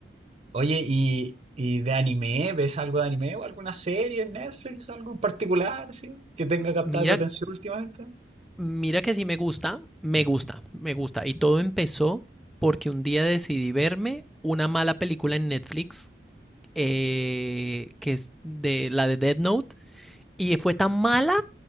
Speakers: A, on the right; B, in the centre.
A: Oye, ¿y, y de anime? ¿Ves algo de anime o alguna serie en Netflix, algo en particular, sí, que tenga captado
B: Mira,
A: tu atención últimamente?
B: mira que sí me gusta, me gusta, me gusta. Y todo empezó porque un día decidí verme una mala película en Netflix, eh, que es de la de Death Note Y fue tan mala